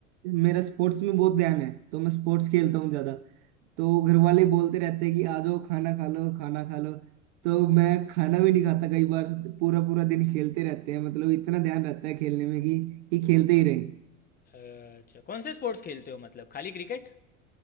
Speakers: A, on the right (about 65°); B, on the left (about 25°).
A: मेरा स्पोर्ट्स में बहुत ध्यान है तो मैं स्पोर्ट्स खेलता हूँ ज्यादा तो घर वाले बोलते रहते हैं कि आ जाओ खाना खा लो खाना खा लो तो मैं खाना भी नहीं खाता कई बार पूरा पूरा दिन खेलते रहते हैं मतलब इतना ध्यान रहता है खेलने में कि कि खेलते ही रहे
B: अच्छा कौन से स्पोर्ट्स खेलते हो मतलब खाली क्रिकेट